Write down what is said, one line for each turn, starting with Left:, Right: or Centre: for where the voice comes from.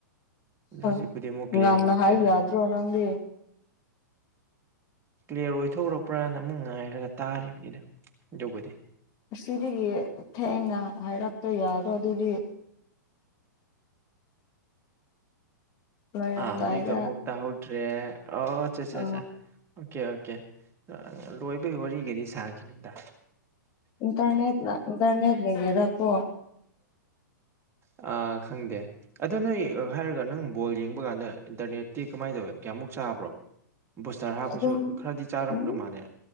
Right: ꯑꯗꯣ
Left: ꯎꯝ
Right: ꯍꯧꯖꯤꯛꯄꯨꯗꯤ ꯑꯃꯨꯛ ꯀ꯭ꯂꯤꯌꯥꯔ
Left: ꯉꯥꯟꯅ
Right: ꯑꯣꯏꯈ꯭ꯔꯦꯗ
Left: ꯍꯥꯏ ꯌꯥꯗ꯭ꯔꯣ ꯅꯪꯗꯤ
Right: ꯀ꯭ꯂꯤꯌꯥꯔ ꯑꯣꯏꯊꯣꯛꯈ꯭ꯔꯄ꯭ꯔꯅ ꯑꯃꯨꯛ ꯉꯥꯏꯔꯒ ꯇꯥꯔꯤꯕꯅꯤꯅ ꯌꯧꯕꯗꯤ
Left: ꯑꯁꯤꯗꯒꯤ ꯊꯦꯡꯅ ꯍꯥꯏꯔꯛꯇ ꯌꯥꯔꯣ ꯑꯗꯨꯗꯤ ꯂꯣꯏꯔꯝꯗꯥꯏꯗ
Right: ꯑ ꯍꯧꯖꯤ ꯏ ꯃꯨꯛꯇꯛꯇ ꯍꯗ꯭ꯔꯦ ꯑꯣꯆꯥꯆꯥꯆꯥ
Left: ꯑ
Right: ꯑꯣꯀꯦ ꯑꯣꯀꯦ ꯂꯣꯏꯕꯒꯤ ꯋꯥꯔꯤꯒꯗꯤ ꯁꯥꯈꯤꯅꯣꯗ
Left: ꯏꯟꯇꯔꯅꯦꯦ ꯏꯔꯂ ꯏꯟꯗꯔꯅꯦꯦ ꯏꯔꯂ ꯌꯦꯔꯄꯣ
Right: ꯑ ꯈꯪꯗꯦ ꯑꯗꯣ ꯅꯣꯏ ꯍꯥꯏꯔꯒ ꯅꯪ ꯕꯣꯜ ꯌꯦꯡꯕ ꯀꯥꯟꯗ ꯏꯟꯇꯔꯅꯦꯠꯇꯤ ꯀꯃꯥꯏꯅ ꯇꯧꯋꯦ ꯀꯌꯥꯃꯨꯛ ꯆꯥꯕ꯭ꯔꯣ ꯕꯨꯁꯇꯔ ꯍꯥꯞꯄꯁꯨ
Left: ꯑꯗꯨ
Right: ꯈꯔꯗꯤ ꯆꯥꯔꯝꯗꯧ
Left: ꯎ
Right: ꯃꯥꯜꯂꯦ